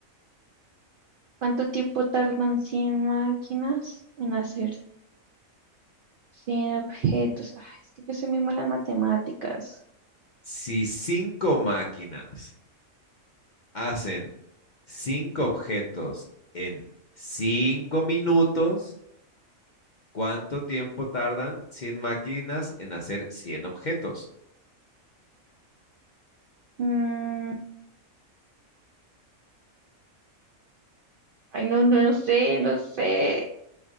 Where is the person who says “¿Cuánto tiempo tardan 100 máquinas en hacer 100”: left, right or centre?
Right